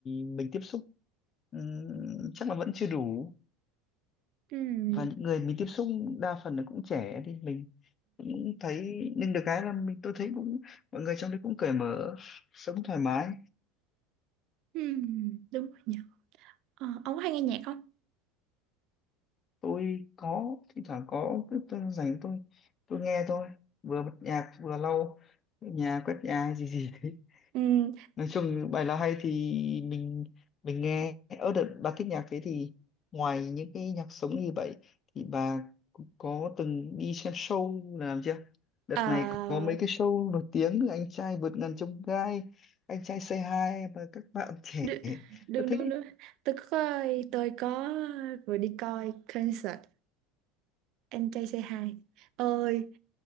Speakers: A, on the left; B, on the right.
A: mình tiếp xúc ừm, chắc là vẫn chưa đủ
B: ừ,
A: và những người mình tiếp xúc đa phần là cũng trẻ thì mình cũng thấy nhưng được cái là mình tôi thấy cũng mọi người trong đấy cũng cởi mở sống thoải mái
B: ừ, đúng rồi nhỉ. Ờ, ông có hay nghe nhạc không?
A: tôi có thỉnh thoảng có cứ tôi rảnh tôi tôi nghe thôi vừa bật nhạc vừa lau nhà quét nhà hay gì gì đấy
B: Ừ,
A: nói chung bài nào hay thì mình mình nghe ở đợt bà thích nhạc thế thì ngoài những cái nhạc sống như vậy thì bà có có từng đi xem show là làm chưa đợt
B: ờ,
A: này có mấy cái show nổi tiếng anh trai vượt ngàn chông gai anh trai Say Hi và các bạn trẻ
B: đ- đúng
A: rất thích
B: đúng
A: ý.
B: đúng. Tôi có, tôi có vừa đi coi concert anh trai Say Hi ơi